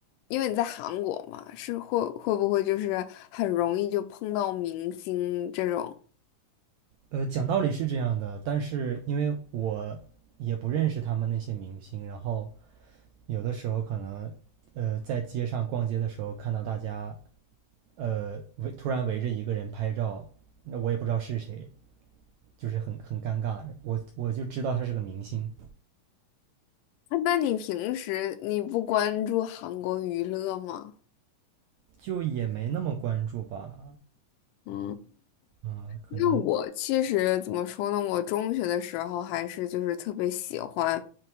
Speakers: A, on the left; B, on the right.
A: 因为你在韩国嘛，是会会不会就是很容易就碰到明星这种？
B: 呃，讲道理是这样的，但是因为我也不认识他们那些明星，然后有的时候可能，呃，在街上逛街的时候看到大家，呃，围突然围着一个人拍照，那我也不知道是谁，就是很很尴尬。我我就知道他是个明星，
A: 那你平时你不关注韩国娱乐吗？
B: 就也没那么关注吧。
A: 嗯，
B: 嗯、可能
A: 因为我其实怎么说呢，我中学的时候还是就是特别喜欢